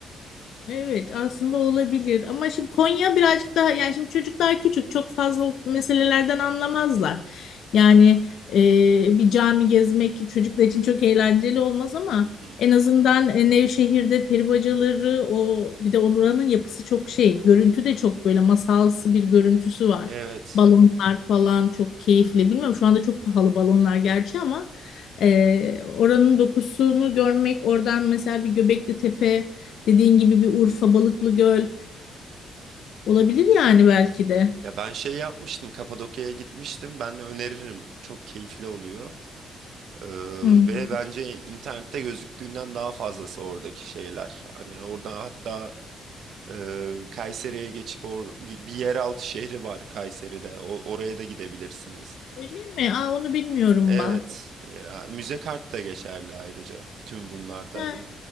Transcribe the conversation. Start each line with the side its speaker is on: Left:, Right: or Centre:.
Left: Evet aslında olabilir ama şimdi Konya birazcık daha yani şimdi çocuklar küçük çok fazla o meselelerden anlamazlar. Yani e, bir cami gezmek çocuklar için çok eğlenceli olmaz ama
Right: Hı hı.
Left: en azından e, Nevşehir'de peri bacaları o bir de oranın yapısı çok şey görüntü de çok böyle masalsı bir görüntüsü var.
Right: Evet.
Left: Balonlar falan çok keyifli bilmiyorum şu anda çok pahalı balonlar gerçi ama e, oranın dokusunu görmek oradan mesela bir Göbekli Tepe Dediğin gibi bir Urfa, Balıklıgöl olabilir yani belki de.
Right: Ya ben şey yapmıştım. Kapadokya'ya gitmiştim. Ben öneririm. Çok keyifli oluyor. Ee,
Left: Hmm.
Right: ve bence internette gözüktüğünden daha fazlası oradaki şeyler. Hani orada hatta e, Kayseri'ye geçip or bir yeraltı şehri var Kayseri'de. O oraya da gidebilirsiniz.
Left: Öyle mi? Aa, onu bilmiyorum
Right: Evet,
Left: bak.
Right: ya, müze kart da geçerli ayrıca. Tüm bunlarda
Left: Ha,